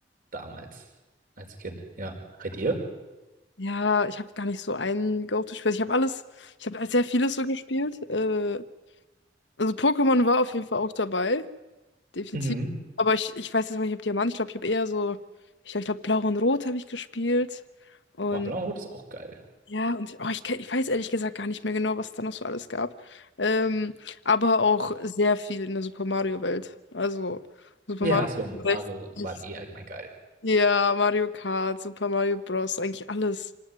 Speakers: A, on the right; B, on the left.
A: damals als Kind. Ja, bei dir?
B: Ja, ich habe gar nicht so ein Go-To-Spiel. Also, Ich habe alles, ich habe sehr vieles so gespielt. Äh, also Pokémon war auf jeden Fall auch dabei, definitiv.
A: Mhm.
B: Aber ich, ich weiß jetzt noch nicht, ob Diamant, ich glaube, ich habe eher so, ich glaube, ich glaub, Blau und Rot habe ich gespielt. Und
A: Oh, Blau und Rot ist auch geil.
B: ja, und ich- oh, ich, ke- ich weiß ehrlich gesagt gar nicht mehr genau, was es da noch so alles gab. Ähm, aber auch sehr viel in der Super Mario-Welt. Also Super
A: Ja,
B: Mario
A: Super
B: 64,
A: Mario waren eh allgemein geil.
B: ja, Mario Kart, Super Mario Bros., eigentlich alles.